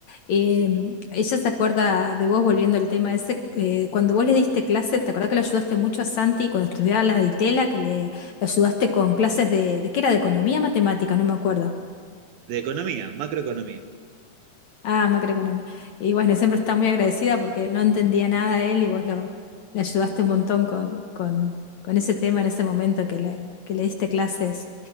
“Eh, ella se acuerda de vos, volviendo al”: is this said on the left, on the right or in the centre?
Left